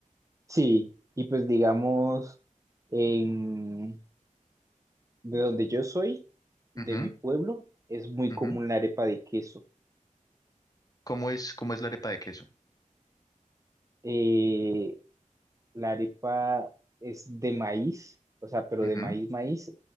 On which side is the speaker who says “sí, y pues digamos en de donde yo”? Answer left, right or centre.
Right